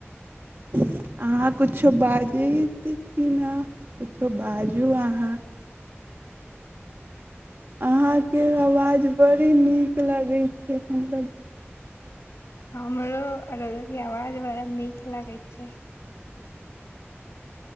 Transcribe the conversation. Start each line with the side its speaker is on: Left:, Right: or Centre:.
Right: अहाँ किछो बाजैत छी ने किछो बाजू अहाँ अहाँके आवाज बड़ी नीक लगै छै हमरा
Left: हमरो आवाज बड़ा नीक लागै छै